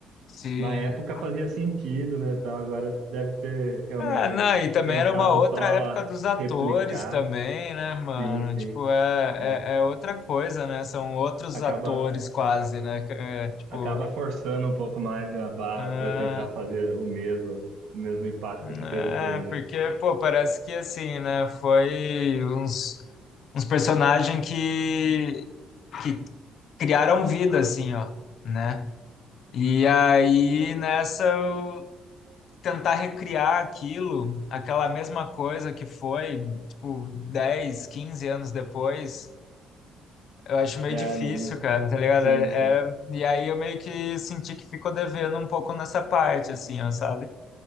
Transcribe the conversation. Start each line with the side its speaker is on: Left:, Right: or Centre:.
Left: Sim.
Right: Na época fazia sentido, né, tal. Agora deve ter realmente
Left: Ah, não, e também
Right: tentado
Left: era uma outra
Right: só
Left: época dos atores
Right: replicar.
Left: também, né, mano?
Right: Sim, sim.
Left: Tipo, é,
Right: É.
Left: é, é outra coisa, né? São outros
Right: acaba
Left: atores quase, né? É, tipo,
Right: acaba forçando um pouco mais né, a barra
Left: ah,
Right: para tentar fazer o mesmo, o mesmo impacto que
Left: É,
Right: teve o primeiro.
Left: porque, pô, parece que assim, né? Foi uns, uns personagens que, que criaram vida, assim, ó, né? E aí, nessa, eu tentar recriar aquilo, aquela mesma coisa que foi, tipo, 10, 15 anos depois, eu acho meio
Right: É,
Left: difícil,
Right: não, não-
Left: cara, tá ligado?
Right: Sim,
Left: É,
Right: sim.
Left: é- e aí eu meio que senti que ficou devendo um pouco nessa parte, assim, ó, sabe?